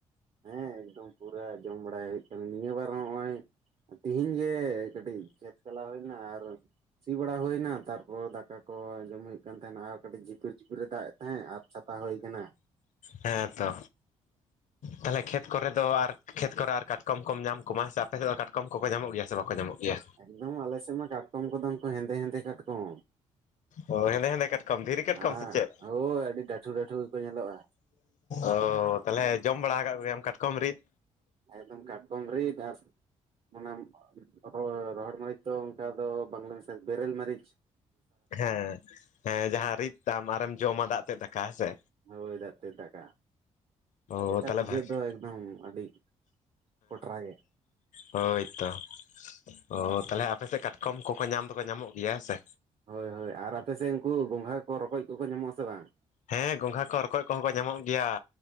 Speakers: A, on the right; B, on the left.
A: ᱦᱮᱸ ᱮᱠᱫᱚᱢ ᱯᱩᱨᱟᱹ ᱡᱚᱢ ᱵᱟᱲᱟᱭ ᱦᱩᱭᱩᱜ ᱠᱟᱱᱟ ᱱᱤᱭᱟᱹ ᱵᱟᱨ ᱱᱚᱜᱼᱚᱭ ᱛᱤᱦᱤᱧ ᱜᱮᱼᱼ ᱠᱟᱹᱴᱤᱡ ᱠᱷᱮᱛ ᱪᱟᱞᱟᱣ ᱦᱩᱭᱱᱟ ᱟᱨᱼᱼ ᱥᱤ ᱵᱟᱲᱟ ᱦᱩᱭᱱᱟ ᱛᱟᱨᱯᱚᱨ ᱫᱟᱠᱟ ᱠᱚ ᱡᱚᱢ ᱦᱩᱭᱩᱜ ᱠᱟᱱ ᱛᱟᱦᱮᱱᱟ ᱟᱨ ᱠᱟᱹᱴᱤᱡ ᱡᱷᱤᱯᱤᱨᱼᱼ ᱫᱟᱜ ᱮᱫ ᱛᱟᱦᱮᱸᱜ ᱟᱨ ᱪᱷᱟᱯᱟ ᱦᱩᱭ ᱟᱠᱟᱱᱟ᱾
B: ᱦᱮᱸᱛᱚ,
A: <inaudible>
B: ᱛᱟᱦᱚᱞᱮ ᱠᱷᱮᱛ ᱠᱚᱨᱮ ᱫᱚ ᱟᱨ ᱠᱷᱮᱛ ᱠᱚᱨᱮ ᱟᱨ ᱠᱟᱴᱠᱚᱢ ᱠᱚᱢ ᱧᱟᱢ ᱠᱚᱢᱟ ᱥᱮ ᱟᱯᱮ ᱥᱮᱫ ᱫᱚ ᱠᱟᱴᱠᱚᱢ ᱠᱚᱠᱚ ᱧᱟᱢᱚᱜ ᱜᱮᱭᱟ ᱥᱮ ᱵᱟᱠᱚ ᱧᱟᱢᱚᱜ ᱜᱮᱭᱟ?
A: ᱮᱠᱫᱚᱢ ᱟᱞᱮ ᱥᱮᱫ ᱢᱟ ᱠᱟᱴᱠᱚᱢ ᱠᱚᱫᱚ ᱢᱟ ᱦᱮᱸᱫᱮ ᱦᱮᱸᱫᱮ ᱠᱟᱴᱠᱚᱢ᱾
B: ᱚ ᱦᱮᱸᱫᱮ ᱦᱮᱸᱫᱮ ᱠᱟᱴᱠᱚᱢ ᱫᱷᱤᱨᱤ ᱠᱟᱴᱠᱚᱢ
A: ᱦᱮᱸ
B: ᱥᱮ ᱪᱮᱫ
A: ᱦᱳᱭ ᱟᱹᱰᱤ ᱰᱟᱹᱴᱷᱩᱼ ᱰᱟᱹᱴᱷᱩ ᱜᱮᱠᱚ ᱧᱮᱞᱚᱜᱼᱟ᱾
B: ᱚ ᱛᱟᱦᱚᱞᱮ ᱡᱚᱢ ᱵᱟᱲᱟ ᱟᱠᱟᱫ ᱠᱚᱜᱮᱭᱟᱢ ᱠᱟᱴᱠᱚᱢ ᱨᱤᱫᱼᱼ
A: ᱮᱠᱫᱚᱢ ᱠᱟᱴᱠᱚᱢ ᱨᱤᱫ ᱟᱨᱼᱼ ᱢᱟᱱᱮ ᱨᱚᱦᱚᱲ ᱢᱟᱹᱨᱤᱪ ᱫᱚ ᱚᱱᱠᱟ ᱫᱚ ᱵᱟᱝᱞᱮ ᱢᱮᱥᱟ ᱵᱮᱨᱮᱞ ᱢᱟᱹᱨᱤᱪᱼᱼ
B: ᱦᱮᱸ ᱦᱮᱸ ᱡᱟᱦᱟᱸ ᱨᱤᱫ ᱛᱟᱢ ᱟᱨᱮᱢ ᱡᱚᱢᱟ ᱫᱟᱜ ᱛᱮᱫ ᱫᱟᱠᱟ ᱦᱮᱸᱥᱮᱼᱼ
A: ᱦᱳᱭ ᱫᱟᱜ ᱛᱮᱫ ᱫᱟᱠᱟ᱾
B: ᱚ
A: ᱟᱨ ᱡᱮᱴᱟ
B: ᱛᱟᱦᱚᱞᱮ
A: ᱵᱩᱡᱷᱟᱹᱜ
B: ᱵᱷᱟᱜᱮ
A: ᱫᱚ ᱮᱠᱫᱚᱢ ᱟᱹᱰᱤ ᱠᱚᱴᱨᱟ ᱜᱮ
B: ᱦᱳᱭᱛᱚ ᱚ ᱛᱟᱦᱚᱞᱮ ᱟᱯᱮ ᱥᱮᱫ ᱠᱟᱴᱠᱚᱢ ᱠᱚᱠᱚ ᱧᱟᱢ ᱫᱚᱠᱚ ᱧᱟᱢᱚᱜ ᱜᱮᱭᱟ ᱦᱮᱸ ᱥᱮ?
A: ᱦᱳᱭ ᱦᱳᱭ ᱟᱨ ᱟᱯᱮ ᱥᱮᱫ ᱩᱱᱠᱩ ᱜᱚᱸᱜᱷᱟ ᱠᱚ ᱨᱚᱠᱚᱡ ᱠᱚᱠᱚ ᱧᱟᱢᱚᱜ ᱟᱥᱮ ᱵᱟᱝ?
B: ᱦᱮᱸ ᱜᱚᱝᱜᱷᱟ ᱠᱚ, ᱨᱚᱠᱚᱡ ᱠᱚ ᱦᱚᱸ ᱠᱚ ᱧᱟᱢᱚᱜ ᱜᱮᱭᱟ।